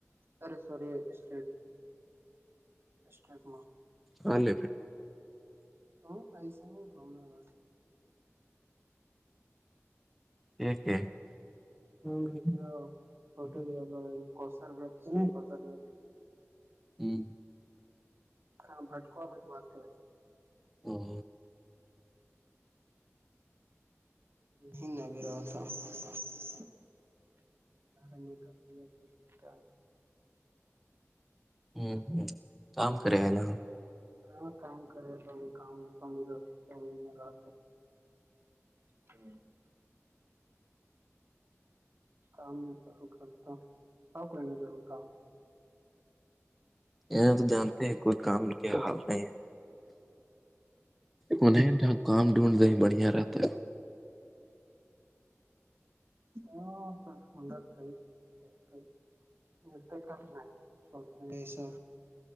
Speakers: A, on the right (about 50°); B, in the centre.
A: ارے س ر اسٹ اسسٹرک
B: ہاں لے پھر
A: تو پائسہ نہیں گم ہے گا
B: ایک ہے <unintelligible> ہاں جی
A: جو فوٹو بھی کوثر بیگ سے
B: ج
A: نہیں کوثر بیگ
B: ہوں <unintelligible>
A: ہ بٹکوا میں بات کر تھھی
B: او <unintelligible>
A: بھینا بھی رہا تھا <unintelligible> را میں تو تو چ <unintelligible>
B: ہوں ہ کام کرے ہے ل
A: ہاں کام کرے تو کام پانی ر تو میں رہ ہ <unintelligible> کام نہیں کرتا ہ کوئی نہیں رور کام
B: یہاں تو جانتے ہیں کوئی کام کیا ح نہیں ان نہیںیں کام ڈھونڈ د ہی بڑھیا رہتا ہے
A: ہاں س ٹنڈا تھاائے دتا یہنا کیا